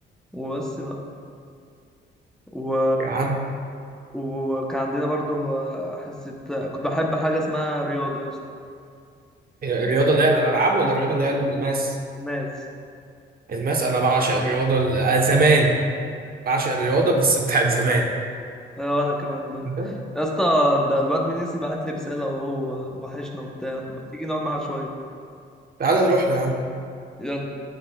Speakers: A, in the centre; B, on the right (about 50°).
A: وبس بقى و...
B: يا عم
A: وكان عندنا برضو آه، حصة آه، كنت بحب حاجة اسمها رياضة يا اسطى
B: الرياضة اللي هي الألعاب ولا الرياضة اللي هي الماس؟
A: ماس
B: الماس أنا بعشق الرياضة ال- آه، زمان بعشق الرياضة بس بتاعت زمان
A: آه، وانا كمان برضو
B: تمام؟
A: يا اسطى ده الواد منيسي بعت لي رسالة وهو وحشنا وبتاع ما تيجي نقعد معاه شوية
B: تعال نروح له يا عم
A: يلا